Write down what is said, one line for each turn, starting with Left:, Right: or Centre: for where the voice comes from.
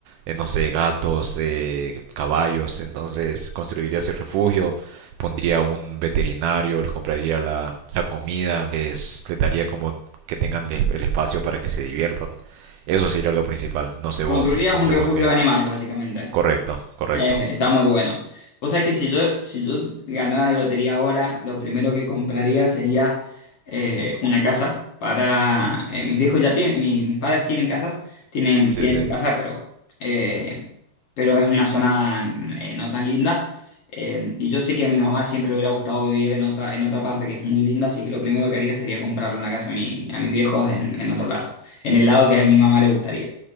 Right: eh, no sé, gatos, eh, caballos. Entonces construiría ese refugio, pondría un veterinario, les compraría la, la comida, les, les daría como que tengan el, el espacio para que se diviertan. Eso sería lo principal. No sé
Left: Construirías
Right: vos, no
Left: un
Right: sé
Left: refugio
Right: vos qué.
Left: de animales, básicamente.
Right: Correcto, correcto.
Left: Eh, está muy bueno. Vos sabés que si yo, si yo ganara la lotería ahora, lo primero que compraría sería eh, una casa para... eh, mis viejos ya tienen, mi- mis padres tienen casas, tienen,
Right: Sí,
Left: tienen
Right: sí,
Left: su casa, pero, eh, pero es una zona eh, no tan linda. Eh, y yo sé que a mi mamá siempre le hubiera gustado vivir en otra, en otra parte que es muy linda, así que lo primero que haría sería comprarle una casa a, mi- a mis viejos en, en otro lado, en el lado que a mi mamá le gustaría.